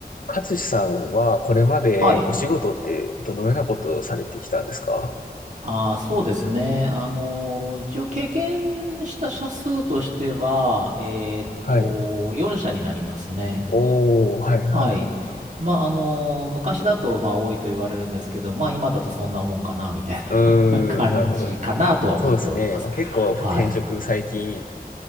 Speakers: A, on the left (about 60°); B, on the right (about 50°).
A: 勝さんはこれまでお仕事ってどのようなことをされてきたんですか
B: はい。ああそうですね。あのー一応経験した社数としては、えーっと、
A: はい。
B: 4社になりますね。
A: おー、はいはい。
B: はい。まあ、あのー昔だと、まあ、多いと言われるんですけど、まあ、今だとそんなもんかな、みたいな
A: う
B: <laughs> 感じかなとは思っております。
A: ーん、なるほど。そうですね。まあ、結構転職最近、
B: はい。